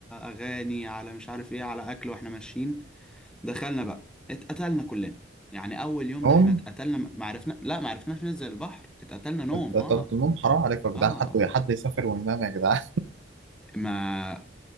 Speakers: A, in the centre; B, on the right.
A: اغاني على مش عارف ايه على اكل واحنا ماشيين دخلنا بقى اتقتلنا كلنا يعني اول يوم
B: نوم
A: ده احنا اتقتلنا ما عرفنا لا ما عرفناش ننزل البحر اتقتلنا نوم
B: أنت
A: اه
B: طلبت النوم حرام عليكم يا جدعان
A: اه
B: حد
A: آه.
B: حد يسافر وينام يا جدعان
A: ما